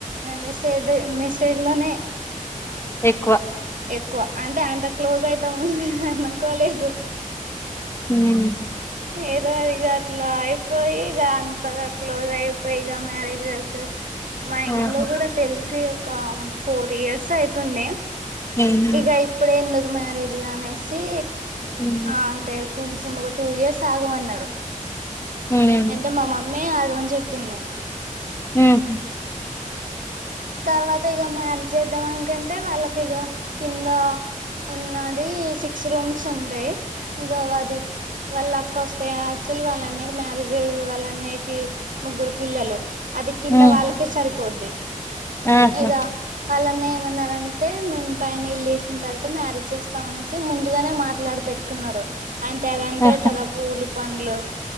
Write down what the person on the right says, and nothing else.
మెసేజ్ మెసేజ్ లోనే
ఎక్కువ అంటే అంత క్లోజ్ అయితాము మీము అనుకోలేదు
ఏదో ఇగ అట్లా అయిపోయి ఇగ అంతగా క్లోజ్ అయిపోయి ఇక మ్యారేజ్ వరకు మా ఇంట్లో
కూడా తెలిసి ఒక ఫోర్ ఇయర్స్ అయితుంది
ఇగ ఇప్పుడే ఎందుకు మ్యారేజు అనేసి
ఆ అంటే కొంచెం ఒక టూ ఇయర్స్ ఆగమన్నారు
అంటే మా మమ్మీ మె ఆగమని చెప్పింది
తర్వాత ఇగ మ్యారేజ్ చేద్దాం అనుకంటే వాళ్ళకి ఇగ కింద ఉన్నది సిక్స్ రూమ్స్ ఉంటాయి ఇగ అది వాళ్ళక్క వస్తే అసలు వాళ్ళ అన్నయ్యకి మ్యారేజ్ అయ్యి వాళ్ళ అన్నయ్యాకి ముగ్గురు పిల్లలు అది కింద
వాళ్ళకే సరిపోద్ది
ఇగ వాళ్ళ అన్నయ్య ఏమన్నారంటే మేము పైన ఇల్లు వేసిన తర్వాత మ్యారేజ్ చేస్తాం అనేసి ముందుగానే మాట్లాడి పెట్టుకు కున్నారు అంటే అది అంటారు
కదా పూలు పండ్లు